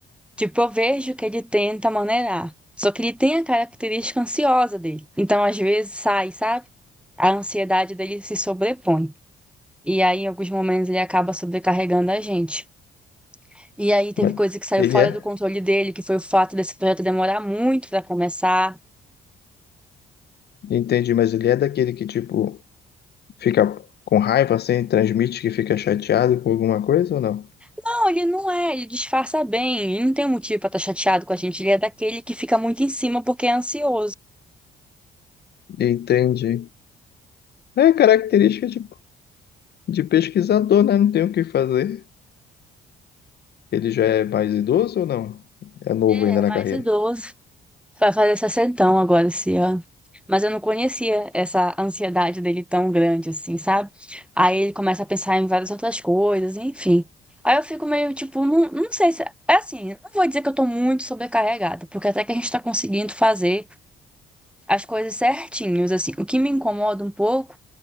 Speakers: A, in the centre; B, on the left.
A: Tipo, eu vejo que ele tenta maneirar. Só que ele tem a característica ansiosa dele. Então, às vezes, sai, sabe? A ansiedade dele se sobrepõe. E aí, em alguns momentos, ele acaba sobrecarregando a gente. E aí, teve
B: Mas
A: coisa que saiu
B: ele
A: fora
B: é,
A: do controle dele, que foi o fato desse projeto demorar muito para começar.
B: entendi, mas ele é daquele que, tipo. Fica com raiva assim, transmite que fica chateado com alguma coisa ou não?
A: Não, ele não é, ele disfarça bem, ele não tem motivo para estar chateado com a gente. Ele é daquele que fica muito em cima porque é ansioso.
B: Entendi. É característica de, de pesquisador, né? Não tem o que fazer. Ele já é mais idoso ou não? É novo
A: É,
B: ainda na
A: mais
B: carreira.
A: idoso. Vai fazer 60 agora esse ano. Mas eu não conhecia essa ansiedade dele tão grande assim, sabe? Aí ele começa a pensar em várias outras coisas, enfim. Aí eu fico meio tipo, não, não sei se. É assim, não vou dizer que eu tô muito sobrecarregada, porque até que a gente tá conseguindo fazer as coisas certinhos, assim. O que me incomoda um pouco